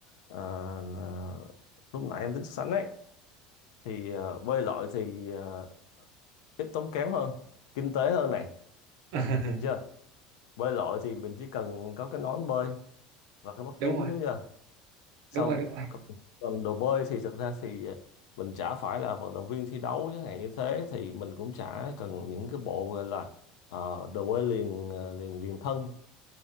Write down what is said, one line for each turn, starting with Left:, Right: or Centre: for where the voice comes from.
Left: ờ, ờ, lúc nãy em tính so sánh ấy thì ờ, bơi lội thì ờ, ít tốn kém hơn kinh tế hơn này
Right: <laughs>
Left: chưa bơi lội thì mình chỉ cần có cái nón bơi và cái mắt
Right: Đúng
Left: kính
Right: rồi,
Left: đúng chưa xong
Right: đúng rồi, đúng rồi.
Left: còn, còn đồ bơi thì thật ra thì mình chả phải là vận động viên thi đấu chẳng hạn như thế thì mình cũng chả cần những cái bộ gọi là ờ, đồ bơi liền ờ, liền liền thân